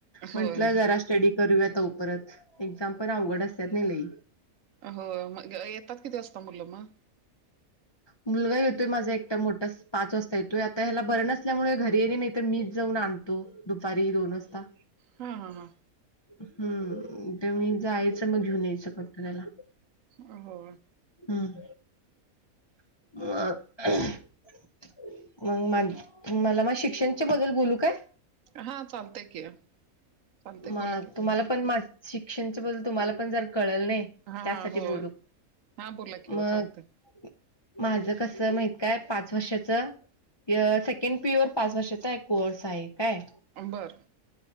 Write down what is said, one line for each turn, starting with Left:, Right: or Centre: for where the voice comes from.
Right: होय
Left: म्हंटलं जरा स्टडी करूया तो परत एक्झाम पण अवघड असतात नाही लई
Right: हो मग येतात किती वाजता मुलं मग
Left: मुलगा येतोय माझा एकट मोठा पाच वाजता येतोय आता ह्याला बर नसल्यामुळे घरी ये ना मी तर मीच जाऊन आणतो दुपारी दोन वाजता
Right: हा हा हा
Left: हम्म ते मी जायचं मग घेऊन यायचं फक्त त्याला
Right: हो हो
Left: हम म मग मला मग शिक्षणच्या बद्दल बोलू काय
Right: हा चालतय की चालतंय
Left: म
Right: बोला की
Left: तुम्हाला
Right: तुम्ही
Left: पण म शिक्षणच्या बद्दल तुम्हाला पण जर कळल नाही
Right: हा
Left: त्यासाठी
Right: हा होय
Left: बोलू
Right: हा बोला की हो
Left: मग
Right: चालतंय
Left: माझं कसं माहित काय पाच वर्षाचं सेकंड पी वर पाच वर्षाचा कोर्स आहे काय
Right: बरं